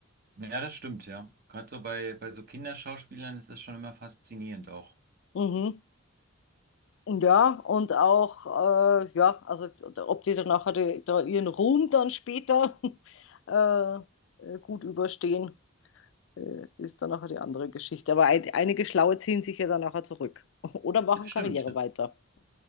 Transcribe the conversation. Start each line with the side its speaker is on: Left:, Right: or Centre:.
Right: Ja, das stimmt, ja. Gerade so bei, bei so Kinderschauspielern ist das schon immer faszinierend auch.
Left: Mhm. Ja, und auch, äh, ja, also ob die dann nachher die, da ihren Ruhm dann später <laughs> äh, äh, gut überstehen, äh, ist dann nachher die andere Geschichte. Aber ein, einige Schlaue ziehen sich ja dann nachher zurück <laughs> oder machen
Right: Das stimmt,
Left: Karriere
Right: ja.
Left: weiter.